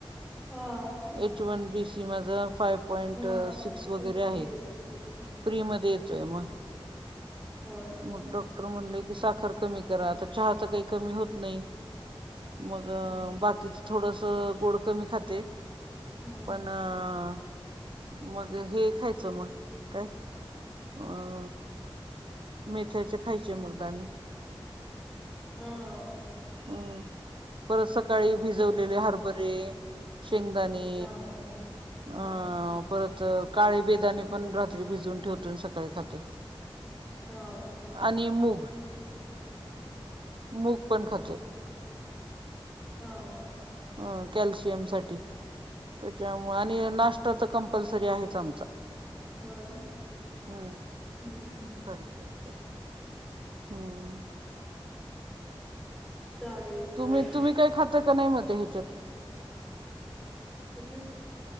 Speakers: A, in the centre; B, on the right.
A: ह.
B: एच वन बीसी माझ फाईव्ह पॉईंट
A: हा
B: सिक्स वगैरे
A: एच
B: आहे
A: बी वन सी हम्म.
B: प्री मध्ये ये तयम
A: हा
B: मग डॉक्टर म्हणले की साखर कमी करा, आता चहा तर काय कमी होत नाही. मगं,
A: हम्म.
B: बाकीच थोडंसं गोड कमी खाते.
A: हा
B: पण अं मगं हे खायचं मगं काय, अं मेथ्याचे खायचे मगं दाने.
A: हम्म
B: हम्म, परत सकाळी भिजवलेले हरभरे शेंगदाणे,
A: हा हा
B: अ
A: हा हा
B: परत काळे बेदाने पण रात्री भिजून ठेवतोय, सकाळी खातोय.
A: हा अं
B: आणि मूग, मूग पण खातोय.
A: हा हा
B: अ कॅल्शियम साठी त्याच्यामुळे आणि
A: हा
B: नाष्टा तर कंप पल्सरी आहेच आमचा,
A: हो ना
B: हम्म सॉरी
A: हम्म
B: सॉरी सॉरी, हम्म
A: चालेल. चालेल
B: तुम्ही तुम्ही काही खाता का नाही म त्या ह्यांच्यात.
A: कशात?